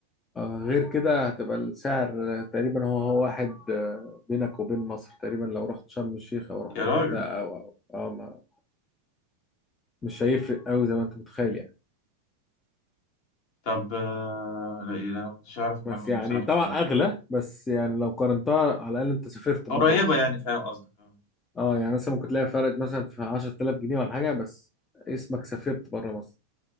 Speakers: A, on the left (about 20°); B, on the left (about 45°).
A: آه، غير كده هتبقى السعر تقريبا هو هو واحد آه، بينك وبين مصر تقريبا لو رحت شرم الشيخ او رحت
B: يا
A: الغردقه
B: راجل
A: او او أو ما- مش هيفرق قوي زي ما انت متخيل يعني
B: طب آه، لا إيه، أنا ما كنتش أعرف المعلومة
A: بس يعني
B: دي بصراحة
A: طبعا
B: خالص
A: اغلى بس يعني لو قارنتها على الاقل انت سافرت
B: قريبة
A: بره مصر
B: يعني فاهم قصدك أه
A: اه يعني مثلا ممكن تلاقي فرق مثلا في 10000 جنيه ولا حاجه بس اسمك سافرت بره مصر